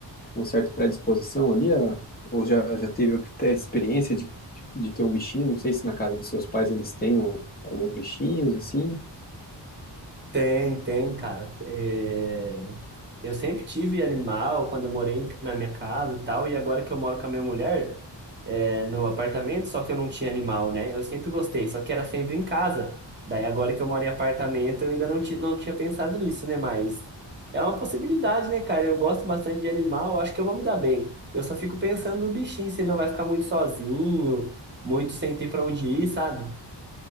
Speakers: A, on the left (about 20°); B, on the right (about 25°).
A: um certo predisposição ali, a- ou já, já teve até a experiência de, de, de ter um bichinho, não sei se na casa dos seus pais eles tenham alguns bichinhos, assim.
B: tem, tem, cara. É, Eu sempre tive animal quando eu morei em- na minha casa e tal, e agora que eu moro com a minha mulher é, no apartamento, só que eu não tinha animal, né? Eu sempre gostei, só que era sempre em casa. Daí agora que eu moro em apartamento, eu ainda não, ti- não tinha pensado nisso, né? Mas é uma possibilidade, né, cara? Eu gosto bastante de animal, eu acho que eu vou me dar bem. Eu só fico pensando no bichinho, se ele não vai ficar muito sozinho, muito sem ter pra onde ir, sabe?